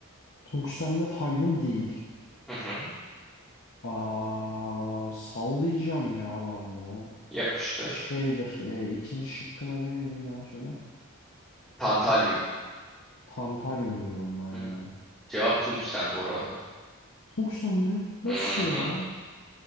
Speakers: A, on the left (about 60°); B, in the centre.
A: Tungsten ve talyum değil.
B: Hı hı.
A: Aa, sallayacağım ya ben bunu.
B: Yapıştı.
A: Şeydir. E, ikinci şıkkın adı neydi bir daha söyle.
B: Tantalyum.
A: Tantalyum diyorum ben ya.
B: Hı. Cevap tungsten bu arada.
A: Tungsten mi? Nasıl
B: Hı
A: ya?
B: hı.